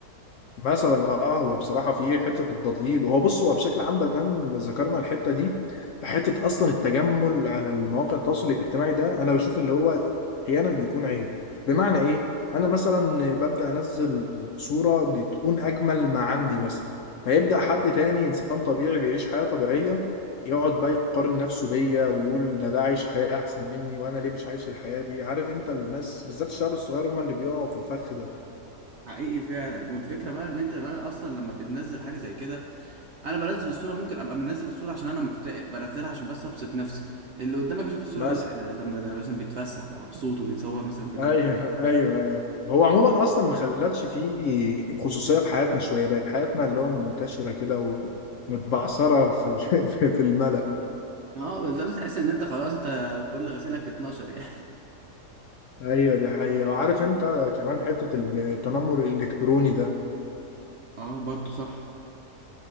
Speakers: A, on the left (about 65°); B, on the right (about 60°).
A: مثلا اه هو بصراحه في حته التضليل وهو بص هو بشكل عام بدل ذكرنا الحته دي حته اصلا التجمل على المواقع التواصل الاجتماعي ده انا بشوف اللي هو احيانا بيكون عيب بمعنى ايه انا مثلا ببدا انزل صوره بتكون اجمل ما عندي مثلا هيبدا حد تاني انسان طبيعي بيعيش حياه طبيعيه يقعد بقى يقارن نفسه بيا ويقول ده ده عايش حياه احسن مني وانا ليه مش عايش الحياه دي عارف انت الناس بالذات الشباب الصغير هم اللي بيقعوا في الفخ
B: حقيقي فعلا والفكرة بقى ان انت بقى اصلا لما بتنزل حاجة زي كده انا بنزل الصوره ممكن ابقى منزل الصوره عشان انا مكتئب بنزلها عشان بس ابسط نفسي اللي قدامك يشوف الصوره
A: ده
B: يقول لك إيه ده ده ده مثلا بيتفسح ده مبسوط وبيتصور مثلا في المكان
A: ايوه
B: ده
A: ايوه ايوه هو عموما اصلا ما خلتش فيه خصوصيه في حياتنا شويه بقت حياتنا اللي هو منتشره كده ومتبعثره في ال- <laughs> في الملأ
B: اه بالظبط تحس ان انت خلاص انت كل غسيلك 12 يعني
A: ايوه دي حقيقه وعارف انت كمان حته التنمر الالكتروني ده
B: اه برضه صح